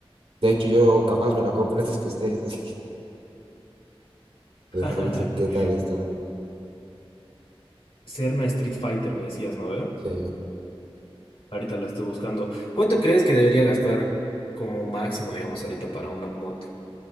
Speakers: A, on the right; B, on the left.
A: De hecho, yo capaz me la compro <laughs> antes que ustedes, así que les
B: <laughs>
A: aviso qué tal está.
B: Serna Street Fighter, me decías, ¿no ve?
A: Sí.
B: Ahorita la estoy buscando. ¿Cuánto crees que debería gastar como máximo, digamos, ahorita para una moto?